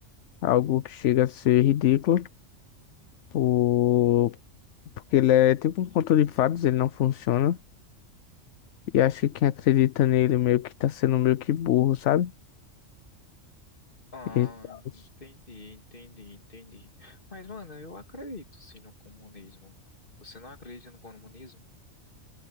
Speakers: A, on the left (about 70°); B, on the left (about 45°).
A: algo que chega a ser ridículo, por... porque ele é tipo um conto de fadas, ele não funciona. E acho que quem acredita nele meio que tá sendo meio que burro, sabe?
B: Ah,
A: E tal.
B: entendi, entendi, entendi. Mas, mano, eu acredito sim no comunismo, mano. Você não acredita no comunismo?